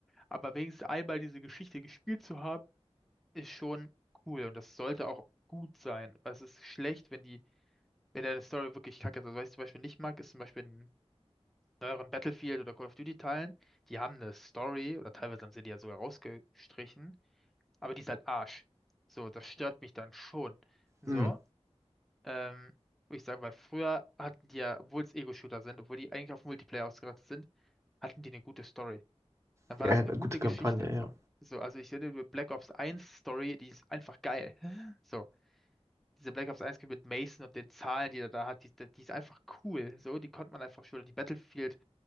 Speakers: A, in the centre; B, on the right.
A: aber wenigstens einmal diese Geschichte gespielt zu haben, ist schon cool. Und das sollte auch gut sein. Weil es ist schlecht, wenn die, wenn deine Story wirklich kacke ist. Also, was ich zum Beispiel nicht mag, ist zum Beispiel neueren Battlefield oder Call of Duty Teilen, die haben eine Story oder teilweise haben sie die ja sogar rausgestrichen, aber die ist halt Arsch. So, das stört mich dann schon. So,
B: Mhm.
A: ähm, wo ich sage, weil früher hatten die ja, obwohl es Ego-Shooter sind, obwohl die eigentlich auf Multiplayer ausgerichtet sind, hatten die eine gute Story. Dann
B: Ja,
A: war das
B: eine
A: eine gute
B: gute Kampagne,
A: Geschichte. So,
B: ja.
A: so also ich finde die Black Ops 1 Story, die ist einfach geil. <laughs> So diese Black Ops 1 mit Mason und den Zahlen, die er da hat, die, die ist einfach cool. So, die konnte man einfach schon. Die Battlefield,